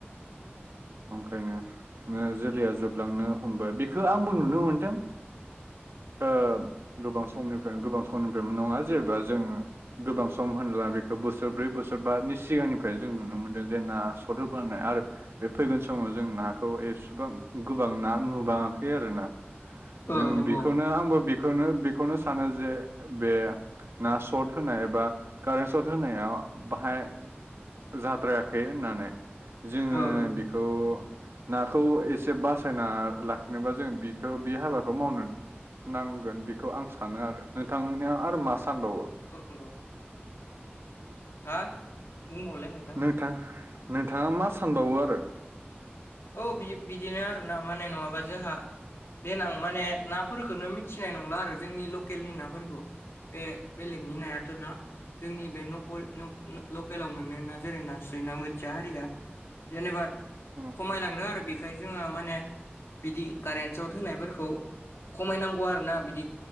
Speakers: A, on the right; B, on the left.
A: ओंखायनो नो जोलैया जोबलांनो हमबाय बेखौ आंबो नुनो मोनदों । ओ गोबां समनिफ्रायनो गोबां समनिफ्रायनो नङा जेनेबा जोंङो गोबां सम होनब्ला बेखौ बोसोरब्रै बोसोरबानि सिगांनिफ्राय जों नुनो मोनदों जे ना सद होबोनाय आरो बे फैगोन समाव जों नाखौ एसेबां गोबां ना नुुबाङाखै आरो ना जों
B: औ नंगौ
A: बेखौनो आंबो बेखौनो बेखौनो सानो जे बे ना शर्ट होनाय एबा कारेन्ट सर्ट होनायाव बाहाय जाद्रायाखै होननानै जोंङो
B: औ औ
A: बेखौ नाखौ एसे बासायना लाखिनोबा जोङो बेखौ बे हाबाखौ मावनो नांगोन बेखौ आं सानो आरो नोंथांनिया आरो मा सानबावो ।
B: <unintelligible> हा बुंबावलाय नों
A: नोंथां नोंथाङा मा सानबावो आरो
B: औ बियो बिदिनो आरोना माने नङाबा जोंहा देनां माने नाफोरखौनो मिथिनाय नंला आरो जोंनि लकेलनि नाफोरखौ । बे बेलेगनि नायाथ' ना । जोंनि बे नकल‌ लकेलाव मोनोना जेरै नास्रि ना बोथिया हारिया । जेनबा
A: उम
B: खमायलांदों आरो बेखायनो जोङो माने बिदि कारेन्ट सर्ट होनायफोरखौ खमायनांगौ आरोना बिदि